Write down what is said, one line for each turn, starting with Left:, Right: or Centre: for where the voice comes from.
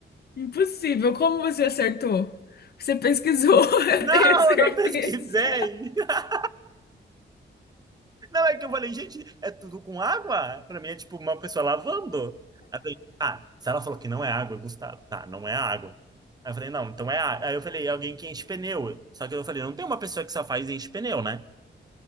Left: Impossível. Como você acertou? Você pesquisou, <laughs> eu
Right: Não,
Left: tenho certeza.
Right: eu não pesquisei. <laughs> Não, é que eu falei, gente, é tudo com água? Pra mim é tipo uma pessoa lavando. Aí eu falei, ah, se ela falou que não é água, Gustavo. Tá, não é água. Aí eu falei, não, então é água. Aí eu falei, é alguém que enche pneu. Só que eu falei, não tem uma pessoa que só faz e enche pneu, né?